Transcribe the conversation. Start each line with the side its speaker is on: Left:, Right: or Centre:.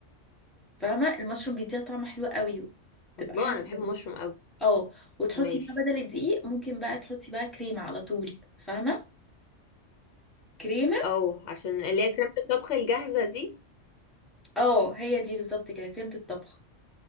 Centre: فاهمه المشروم بيديها طعم حلو قوي تبقى
Left: الله
Centre: حلو
Left: انا بحب
Centre: قوي
Left: المشروم قوي
Centre: اه وتحطي
Left: ماشي
Centre: بقى بدل الدقيق ممكن بقى تحطي بقى كريمه على طول فاهمه كريمه
Left: او عشان اللي هي كريمة الطبخ الجاهزة دي
Centre: اه هي دي بالظبط كده كريمه الطبخ